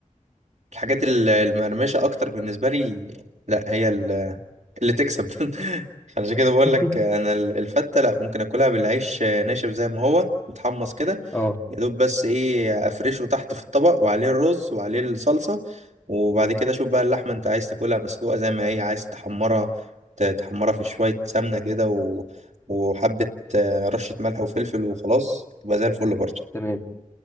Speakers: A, on the right (about 60°); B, on the left (about 20°).
A: الحاجات ال- المقرمشه اكتر بالنسبه لي لا هي ال- اللي تكسب <laughs> عشان كده بقول
B: <laughs>
A: لك انا ال- الفته لا ممكن اكلها بالعيش آه، ناشف زي ما هو متحمص كده
B: اه
A: يا دوب بس ايه افرشه تحت في الطبق وعليه الرز وعليه الصلصة وبعد كده شوف بقى اللحمة انت عايز تاكلها مسلوقة زي ما هي عايز تحمرها ت- تحمرها في شوية سمنة كده و... وحبة آه، رشة ملح وفلفل وخلاص تبقى زي الفل برضه
B: تمام